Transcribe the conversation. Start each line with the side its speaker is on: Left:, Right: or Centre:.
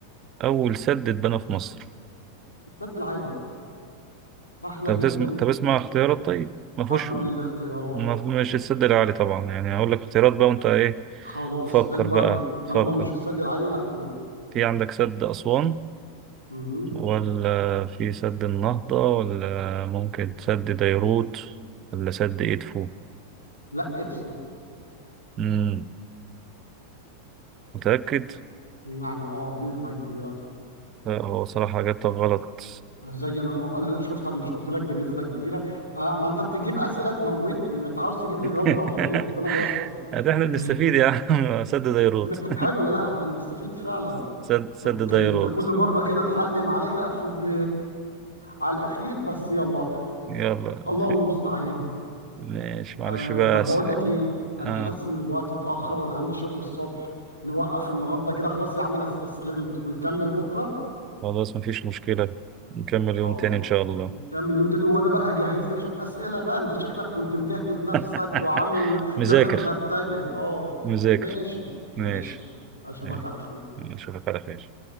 Right: أول سد اتبنى في مصر
Left: السد العالي سهلة
Right: طب
Left: جدا
Right: تسمع طب اسمع اختيارات طيب ما فيهوش
Left: طب قول الاختيارات
Right: ما مش السد العالي طبعا يعني هقول لك اختيارات بقى وأنت إيه
Left: خلاص
Right: فكر
Left: حلو
Right: بقى
Left: قوي
Right: فكر
Left: طالما مش السد العالي لا قول
Right: في عندك سد أسوان
Left: مهم.
Right: ولا في سد النهضة ولا ممكن سد ديروت ولا سد إدفو
Left: لا ادفو
Right: مم. متأكد؟
Left: يعني اه بنسبة كبيرة
Right: لا هو صراحة إجابتك غلط
Left: زي انا انا شفت انا مش قلت لك بنسبة كبيرة آه ما انت بتجيب اسئلة تموتني ما انت عاوز تجيب لي جلطة
Right: <laughs>
Left: ولا ايه ربنا يستر
Right: ده احنا بنستفيد
Left: <laughs>
Right: يا عم <laughs> سد ديروت
Left: تمام حلو لا لا احنا نستفيد فعلا
Right: <laughs> سد
Left: اوكي
Right: سد ديروت
Left: انت كل مره كده تعلم عليا ادخل ب... على الاخير بس يلا
Right: يلا
Left: الله
Right: خ-
Left: المستعان
Right: ماشي معلش
Left: آه
Right: بقى
Left: طب
Right: س...
Left: بقول لك ايه
Right: اه
Left: انا حاسس ان الوقت اتاخر وانا عندي شغل الصبح نوقف النهارده كده خلاص يا عم انا استسلمت ونكمل بكره
Right: خلاص مفيش مشكلة نكمل
Left: خلاص
Right: يوم تاني ان شاء الله
Left: نكمل يوم تاني وانا بقى اجهز لك شويه اسئله بقى انت شكلك كنت مجهز نفسك
Right: <laughs>
Left: وعامل
Right: مذاكر
Left: نفسك بترتجل اه
Right: مذاكر
Left: ماشي
Right: ماشي
Left: ماشي اشوفك
Right: ماشي
Left: على
Right: نشوفك على خير